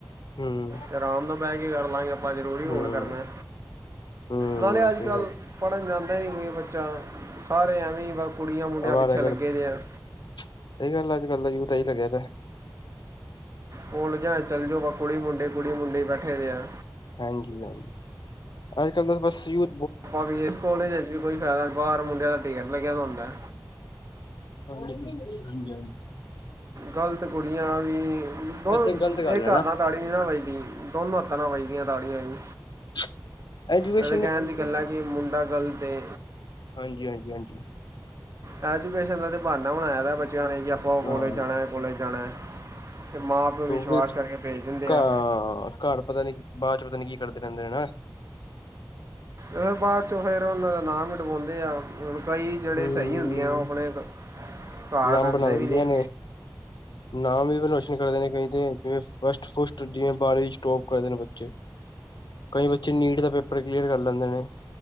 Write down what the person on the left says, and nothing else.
ਹੂੰ
ਹੂੰ
ਹੂੰ
ਸਹੀ
ਗੱਲ
ਆਵਾਰਾ
ਗਰਦੀ
ਸਹੀ ਗੱਲ ਅੱਜ ਕੱਲ ਦਾ ਯੂਥ ਇ ਲੱਗਿਆ ਦਾ ਐ।
ਹਾਂਜੀ ਹਾਂਜੀ ਅੱਜ ਕੱਲ ਤਾਂ ਬਸ ਯੂ
<unintelligible> ਹਾਂਜੀ ਹਾਂਜੀ
ਵੈਸੇ ਗ਼ਲਤ ਗੱਲ
ਹੈ
<unintelligible> ਐਜੂਕੇਸ਼ਨ
ਹਾਂਜੀ ਹਾਂਜੀ ਹਾਂਜੀ।
ਹਾਂ
ਵੀ
ਘ
ਘਰ ਪਤਾ ਨੀ ਬਾਅਦ ਚ ਪਤਾ ਨੀ ਕੀ ਕਰਦੇ ਰਹਿੰਦੇ ਨੇ ਹਨਾ
ਹਮ
ਨਾਮ
ਬਣਾ ਦਿੰਦੀਆਂ
ਨੇ ਨਾਮ ਵੀ ਰੋਸ਼ਨ ਕਰਦੇ ਨੇ ਕਈ ਤੇ ਜਿਵੇਂ ਫਸਟ ਫੁਸਟ ਜਿਵੇਂ ਬਾਰਵੀਂ ਚ ਟੋਪ ਕਰਦੇ ਨੇ ਬੱਚੇ ਕਈ ਬੱਚੇ ਨੀਟ ਦਾ ਪੇਪਰ ਕਲੀਅਰ ਕਰ ਲੈਂਦੇ ਨੇ